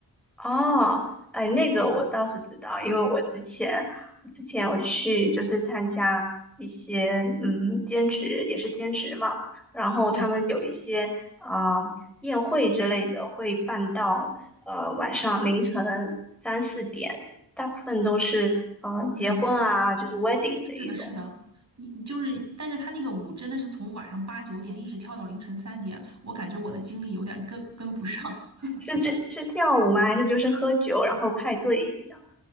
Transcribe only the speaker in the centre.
哦，哎，那个我倒是知道，因为我之前之前我去就是参加一些嗯兼职，也是兼职嘛，然后他们有一些啊、
宴会之类的会办到呃晚上凌晨三四点，大部分都是呃结婚啊，
就是 wedding 的一种，
是这是跳舞吗？还是就是喝酒然后派对这样？